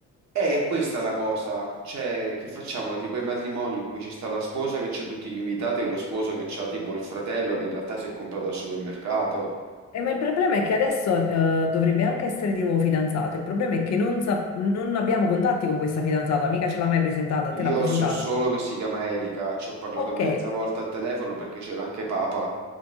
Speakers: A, on the right; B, on the left.
A: è questa la cosa, cioè che facciamo tipo i matrimoni in cui ci sta la sposa che c'ha tutti gli invitati e lo sposo che c'ha tipo il fratello che in realtà si è comprato al supermercato.
B: Eh, ma il problema è che adesso eh, dovrebbe anche essere di nuovo fidanzato. Il problema è che non, sa- non abbiamo contatti con questa fidanzata, mica ce l'ha mai presentata, te
A: Io
B: l'ha presentata.
A: so solo che si chiama Erika, ci ho parlato
B: Ok,
A: mezza volta al telefono perché c'era anche Papa.